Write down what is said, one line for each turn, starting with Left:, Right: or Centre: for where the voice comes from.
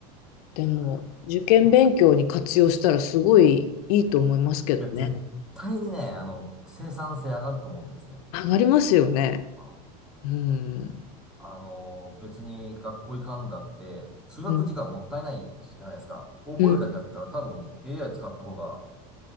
Left: でも、
Centre: あー
Left: 受験勉強に活用したらすごいいいと思いますけどね。
Centre: 大変いや、絶対にね、あの、生産性上がると思うんですね。
Left: 上がりますよね。
Centre: うん
Left: うん。
Centre: あの、別に学校行かんだって、通学時間もったいないじゃないですか。
Left: うん。
Centre: 覚えるだけだったら多分
Left: うん。
Centre: AI 使った方が